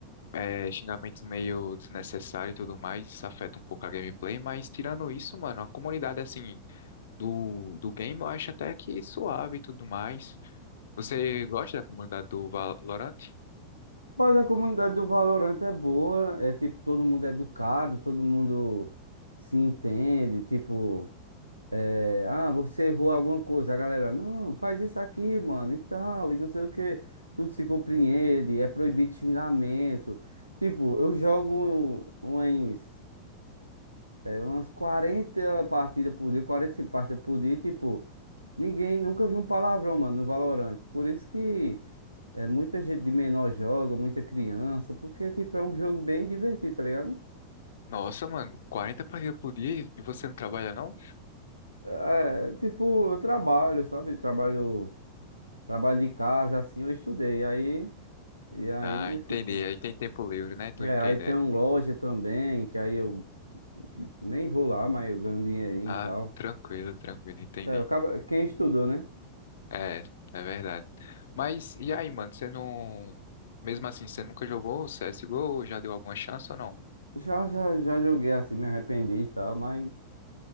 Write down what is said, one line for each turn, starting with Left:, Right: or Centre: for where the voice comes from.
Left: é, xingamentos meio desnecessários e tudo mais. Isso afeta um pouco a gameplay, mas tirando isso, mano, a comunidade assim do, do game eu acho até que suave e tudo mais. Você gosta da comunidade do Valorant?
Right: Mas a comunidade do Valorant é boa, é tipo, todo mundo é educado, todo mundo se entende, tipo. É, ah, você errou alguma coisa, a galera, não, faz isso aqui, mano, e tal, e não sei o que, tudo se compreende, é proibido xingamento. Tipo, eu jogo umas, é, umas 40 partidas por dia, 45 partidas por dia, e, tipo, ninguém nunca viu um palavrão, mano, no Valorant. Por isso que é, muita gente de menor joga, muita criança, porque, tipo, é um jogo bem divertido, tá ligado?
Left: Nossa, mano, 40 partidas por dia e você não trabalha não?
Right: É, tipo, eu trabalho, sabe? Trabalho. Trabalho de casa, assim, eu estudei. Aí, e aí,
Left: Ah, entendi.
Right: tipo.
Left: Aí tem tempo livre, né? Tô
Right: É,
Left: entendendo.
Right: aí tem uma loja também, que aí eu nem vou lá, mas eu ganho um dinheirinho
Left: Ah,
Right: e tal.
Left: tranquilo, tranquilo, entendi.
Right: É, eu acaba- quem estudou, né?
Left: É, é verdade. Mas e aí, mano, você não. Mesmo assim, você nunca jogou CSGO? Já deu alguma chance ou não?
Right: Já, já, já joguei assim, me arrependi e tal, mas.